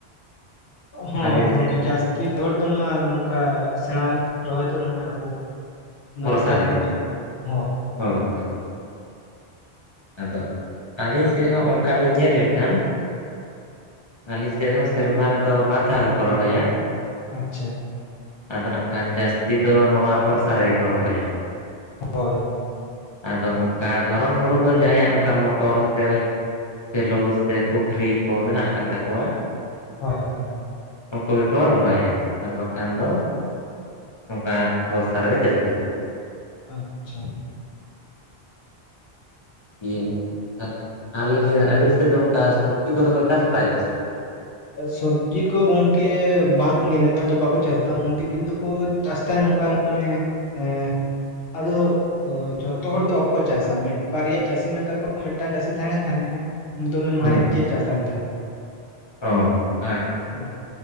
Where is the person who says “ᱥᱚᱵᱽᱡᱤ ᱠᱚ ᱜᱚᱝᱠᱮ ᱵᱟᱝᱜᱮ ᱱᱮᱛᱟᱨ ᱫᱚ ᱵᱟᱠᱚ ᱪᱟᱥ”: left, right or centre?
Left